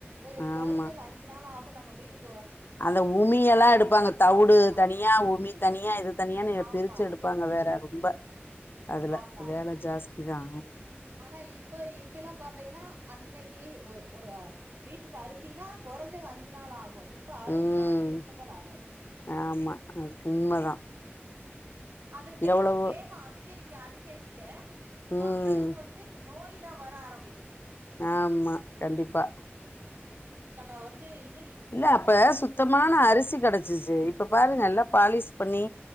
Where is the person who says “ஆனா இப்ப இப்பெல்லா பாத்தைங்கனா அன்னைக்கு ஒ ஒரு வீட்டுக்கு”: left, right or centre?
Right